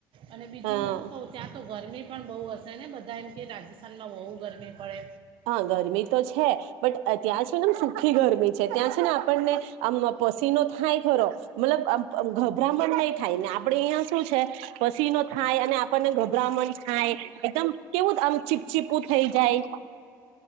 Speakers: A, on the right; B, on the right.
A: અને બીજું
B: હા
A: હું શું કવ ત્યાં તો ગરમી પણ બહુ હશે ને બ કારણ કે રાજસ્થાનમાં બહુ ગરમી પડે.
B: હા ગરમી તો છે બટ ત્યાં છેને એમ સુખી ગરમી છે ત્યાં છે ને આપણને આમ પસીનો થ થાઈ ખરો મતલબ. ગભરામણ નહી થાય ને આપડે અહિયાં શું છે પસીનો થાય અને આપણને ગભરામણ હા એકદમ કેવું આ ચીપચીપું થઇ જાય.